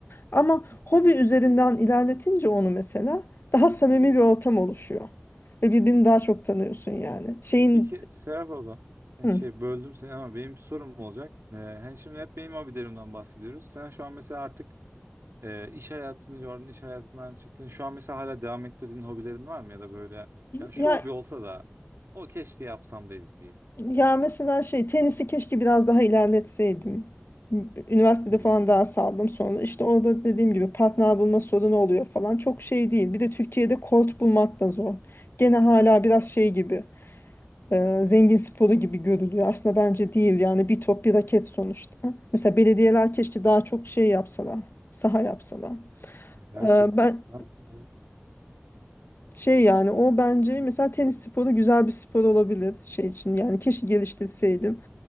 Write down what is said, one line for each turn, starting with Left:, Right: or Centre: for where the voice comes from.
Left: Ama
Right: Hı hı.
Left: hobi üzerinden ilerletince onu mesela daha samimi bir ortam oluşuyor. Ve birbirini daha çok tanıyorsun yani. Şeyin
Right: Peki Serap abla, yani
Left: hı.
Right: şey böldüm seni ama benim bir sorum olacak. Ee, hani şimdi hep benim hobilerimden bahsediyoruz. Sen şu an mesela artık e, iş hayatını gördün, iş hayatından çıktın. Şu an mesela hala devam ettirdiğin hobilerin var mı ya da böyle ya şu
Left: Ya
Right: hobi olsa da o keşke yapsam dediğin.
Left: Ya mesela şey tenisi keşke biraz daha ilerletseydim. Üniversitede
Right: Hmm,
Left: falan daha saldım sonra. İşte orada dediğim gibi partner bulma sorunu oluyor falan. Çok şey değil. Bir de Türkiye'de kort bulmak da zor. Gene hala biraz şey gibi e, zengin sporu gibi görülüyor. Aslında bence değil yani bir top bir raket sonuçta. Mesela belediyeler keşke daha çok şey yapsalar. Saha yapsalar.
Right: gerçekten
Left: E, ben
Right: o.
Left: Şey yani o bence mesela tenis sporu güzel bir spor olabilir şey için yani keşke geliştirseydim.